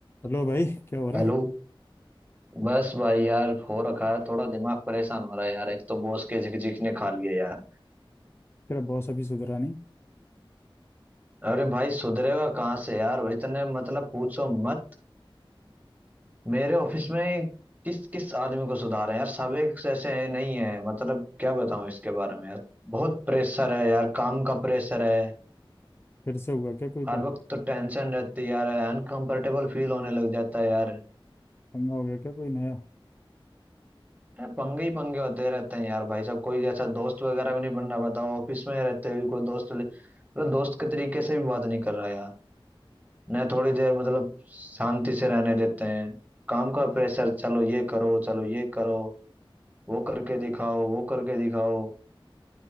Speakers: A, on the left; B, on the right.
A: Hello भाई क्या हो रहा
B: Hello
A: है
B: बस भाई यार हो रखा है थोड़ा दिमाग परेशान हो रहा है यार एक तो बॉस के झिकझिक ने खा लिया यार
A: तेरा बॉस अभी सुधरा नहीं
B: अरे भाई सुधरेगा कहाँ से यार वो इतने मतलब पूछो मत मेरे ऑफिस में किस किस आदमी को सुधार है यार सब एक जैसे नहीं है मतलब क्या बताऊं इसके बारे में यार बहुत प्रेशर है यार काम का प्रेशर है
A: फिर से हुआ क्या कोई
B: हर
A: पंगा
B: वक्त तो टेंशन रहती है यार अनकंफर्टेबल फील होने लग जाता है यार
A: पंगा हो गया क्या कोई नया
B: है पंगे ही पंगे होते रहते हैं यार भाई साहब कोई ऐसा दोस्त वगैरह भी नहीं बन रहा बताओ ऑफिस में रहते हुए कोई दोस्त ले- मतलब दोस्त के तरीके से भी बात नहीं कर रहा यार न थोड़ी देर मतलब शांति से रहने देते हैं काम का प्रेशर चलो ये करो चलो ये करो वो करके दिखाओ वो करके दिखाओ